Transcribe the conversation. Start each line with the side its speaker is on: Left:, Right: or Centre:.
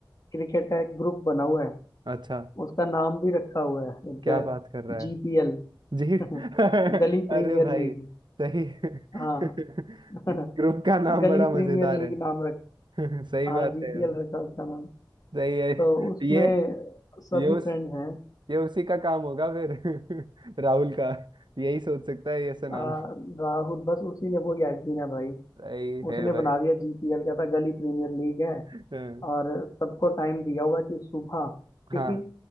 Left: क्रिकेट का एक ग्रुप बना हुआ है
Right: अच्छा
Left: उसका नाम भी रखा हुआ है एक
Right: क्या बात कर रहा है
Left: जीपीएल
Right: जी
Left: <laughs>
Right: <laughs> अरे
Left: गली प्रीमियर
Right: भाई
Left: लीग
Right: सही <laughs>
Left: हाँ <laughs>
Right: ग्रुप का नाम
Left: गली
Right: बड़ा मजेदार
Left: प्रीमियर लीग
Right: है <laughs>
Left: नाम रख
Right: सही
Left: हाँ
Right: बात
Left: जीपीएल
Right: है यार
Left: रखा उसका नाम
Right: सही है
Left: तो उसमें
Right: ये
Left: सभी
Right: ये उस
Left: फ्रेंड्स हैं
Right: ये उसी का काम होगा फिर <laughs> राहुल का यही सोच सकता है ऐसा नाम
Left: आ, राहुल बस उसी ने वो यादवीन है भाई
Right: सही है
Left: उसने
Right: भाई
Left: बना
Right: <laughs>
Left: दिया जीपीएल का था गली प्रीमियर लीग है
Right: हाँ
Left: और सबको टाइम दिया हुआ कि सुबह क्योंकि
Right: हाँ